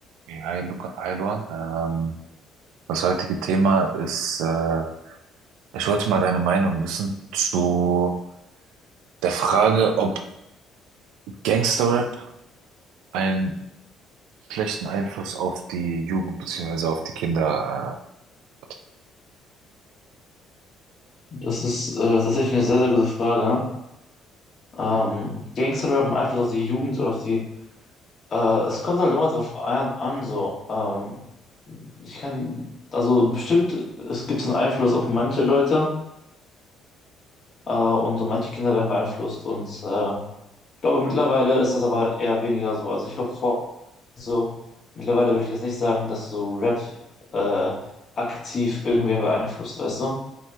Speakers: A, on the right; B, on the left.
A: Hey, Hi, Luca, hi Luan. Ähm, das heutige Thema ist, äh, ich wollte mal deine Meinung wissen zu der Frage, ob Gangsterrap einen schlechten Einfluss auf die Jugend beziehungsweise auf die Kinder äh, hat.
B: Das ist äh, tatsächlich eine sehr, sehr gute Frage. Ähm, rap im Einfluss auf die Jugend oder auf die. Äh, es kommt halt immer drauf an, an so. Ähm, ich kann, also bestimmt, es gibt einen Einfluss auf manche Leute äh, und so manche Kinder werden beeinflusst. Und äh, ich glaube, mittlerweile ist das aber eher weniger so. Also ich glaube, vor so, mittlerweile würde ich jetzt nicht sagen, dass so Rap äh, aktiv irgendwen beeinflusst, weißt du?